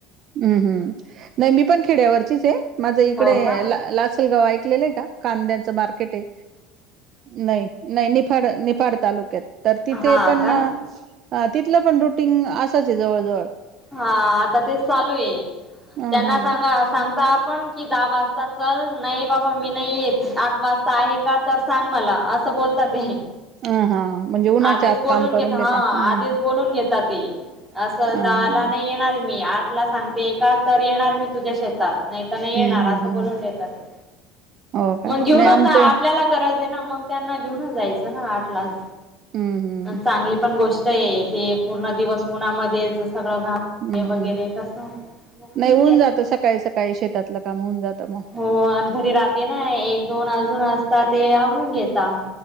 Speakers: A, on the right (about 45°); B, in the centre.
A: हम्म हम्म नाही मी पण खेड्यावरचीच ये. माझं इकडे
B: हो का
A: ला लाचलगाव ऐकलेलं आहे का? कांद्यांचं मार्केट आहे. नाही नाही निफाड निफाड तालुक्यात. तर तिथे
B: हा
A: पण
B: का
A: हा तिथलं पण रुटीन असचय जवळजवळ.
B: हा आता तेच चालूय.
A: अ
B: त्यांना
A: हा
B: सांगा सांगता पण की दहा वाजता चल. नाही बाबा मी नाही येत आठ वाजता आहे का तर सांग मला. अस बोलता ते.
A: ह हा. म्हणजे उन्हाच्या
B: आधीच
A: आत
B: बोलून
A: काम करून
B: घेता हा,
A: हम्म
B: आधीच बोलून घेता ते. असं दहा
A: अ हा
B: ला नाही येणार मी, आठ ला सांगते एका तर येणार मी तुझ्या शेतात. नाही तर नाही
A: हम्म
B: येणार
A: हम्म
B: असं
A: हम्म
B: बोलून देता ते.
A: हो का
B: मग घेऊनच
A: नाही आमचे
B: आपल्याला गरज आहे ना. मग त्यांना घेऊनच जायच ना आठ लाच
A: हम्म हम्म
B: चांगली पण गोष्ट य ते पूर्ण दिवस उन्हामध्येच सगळं घा
A: हम्म
B: वगैरे
A: हम्म
B: कसं हो
A: नाही
B: ठीकय.
A: होऊन जातं सकाळी सकाळी शेतातलं काम होऊन जातं मग
B: हो आणि घरी राहते ना एक दोन अजून असता ते आवरून घेता.